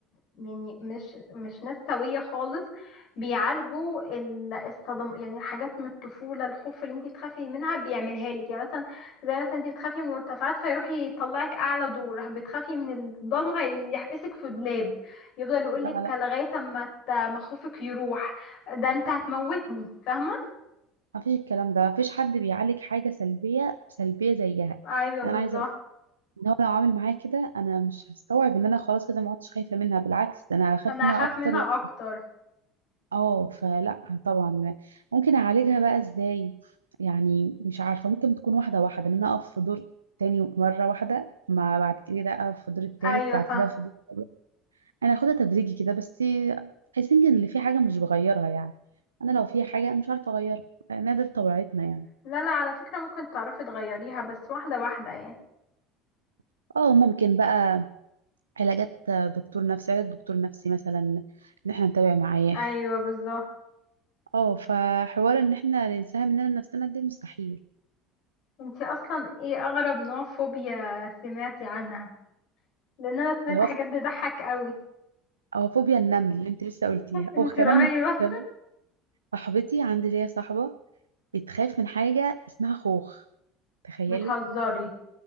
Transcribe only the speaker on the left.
يعني مش مش ناس سويه خالص بيعالجوا ال- الصدم يعني حاجات من الطفوله الخوف اللي انت بتخافي منها بيعملها لك يعني مثلا زي مثلا انت بتخافي من المرتفعات فيروح يطلعك اعلى دور بتخافي من الضلمه هيحبسك في دولاب يفضل يقولك
لغايه اما ت- ما خوفك يروح ده انت هتموتني فاهمة
ايوه بالظبط
انا
هخاف
منها اكتر
ايوه
فاهمة
لا لا على فكرة ممكن تعرفي تغيريها بس واحدة واحدة يعني
ايوه بالظبط
انتي اصلا ايه اغرب نوع فوبيا سمعتي عنها لان انا سمعت
حاجات
تضحك قوي
<laughs> انتي
رهيبة
بتهزري